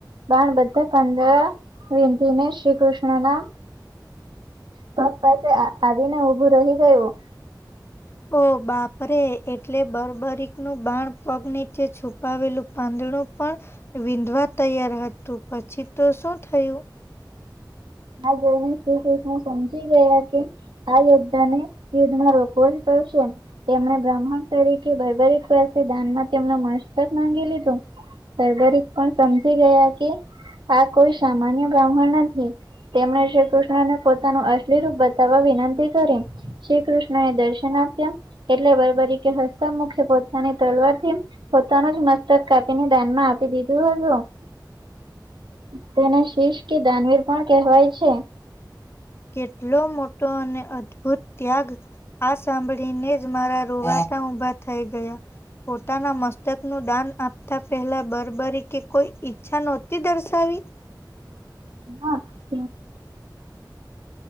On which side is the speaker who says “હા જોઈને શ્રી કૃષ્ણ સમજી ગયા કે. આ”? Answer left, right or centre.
Right